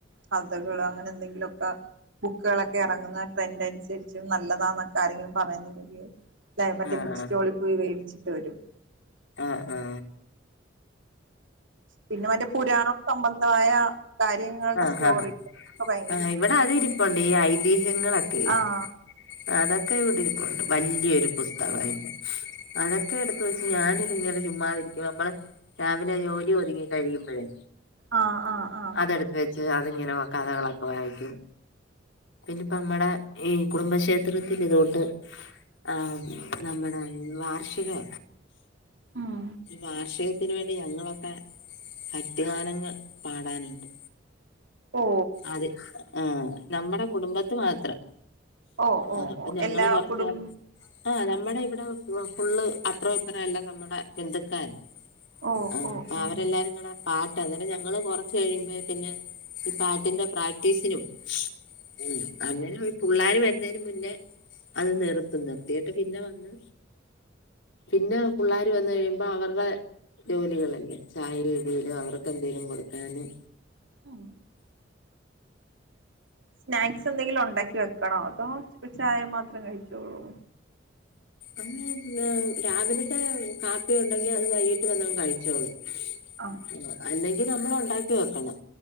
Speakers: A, on the right; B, on the left.
A: കഥകള് അങ്ങനെ എന്തെങ്കിലൊക്കെ ബുക്കുകളൊക്കെ എറങ്ങുന്ന ട്രെൻന്റ് അനുസരിച്ചും നല്ലതാന്നൊക്കെ ആരെങ്കിലും പറയുന്നെങ്കി ല്ലേ മറ്റേ
B: ആഹ്
A: ബുക്ക് സ്റ്റോളിൽ വേ ചിറ്റ വരും
B: ആ ആ
A: പിന്നെ മറ്റേ പുരാണ ഒക്കെ സം തായ കാര്യങ്ങളുടെ
B: ആ
A: സ്റ്റോറി
B: ആഹ് ആ
A: ഇഷ്ടമാണ്
B: ഇവിടെ അത് ഇരിപ്പണ്ട് ഈ ഐതിഹ്യങ്ങളൊക്കെയെ
A: ആഹ്
B: അതൊക്കെ ഇവിടെ ഇരിപ്പുണ്ട് വല്ല്യരു പുസ്തകം അയി അതൊക്കെ എടുത്ത് വെച്ച് ഞാന് ഇങ്ങനെ ചുമ്മാതിരിക്കുവ നമ്മള് രാവിലെ ജോലി ഒതുങ്ങി കഴിയുമ്പോഴേ
A: ആ ആ ആ
B: അതെടുത്ത് വെച്ച് അതിങ്ങനെ കഥകളൊക്കെ വായിക്കും പിന്നിപ്പോ നമ്മടെ ഈ കുടുംബക്ഷേത്രത്തിൽ ഇതൊണ്ട് ആ നമ്മുടെ വാർഷികാ
A: ഉം
B: വാർഷികത്തിന് വേണ്ടി ഞങ്ങളൊക്കെ ഭക്തി ഗാനങ്ങ പാടാനുണ്ട്
A: ഓ
B: അത് ആ നമ്മുടെ കുടുംബത്ത് മാത്രം
A: ഓ ഓ
B: ആ അപ്പൊ
A: ഓ
B: ഞങ്ങള്
A: എല്ലാ
B: കൊറച്ച്
A: കുടും
B: ആ നമ്മുടെ ഇവിടെ <unintelligible> ഫുള്ള് അപ്രൊ ഇപ്രോ എല്ലാം നമ്മുടെ ബന്ധുക്കാരാ
A: ഓ
B: ആ
A: ഓ
B: അ
A: ഓ ഉം
B: അവരെല്ലാരു <unintelligible> പാട്ട് അന്നേരം ഞങ്ങള് കൊറച്ച് കഴിയുമ്പോ പിന്നെ ഈ പാട്ടിന്റെ പ്രാക്ടീസിനു പോവും ഉം അങ്ങനെ പുള്ളാര് വരുന്നന് മുന്നേ അത് നിർത്തും നിർത്തിട്ട് പിന്നെ വന്ന് പിന്നെ പുള്ളാര് വന്ന് കഴിയുമ്പോ അവരുടെ ജോലികളല്ലേ ചായ ഇടിലും അവർക്ക് എന്തെലും കൊടുക്കാനും
A: ഉം സ്നാക്സ് എന്തെങ്കിലും ഉണ്ടാക്കി വെക്കണോ അതോ ചായ മാത്രം കഴിച്ചോളുവോ
B: അങ്ങനെ രാവിലത്തെ കാപ്പി ഉണ്ടെങ്കി അത് വൈകിട്ട് വന്നങ്ങ് കഴിച്ചോളും
A: ആ
B: ഉം അല്ലെ ഇ നമ്മൾ ഉണ്ടാക്കി വെക്കണം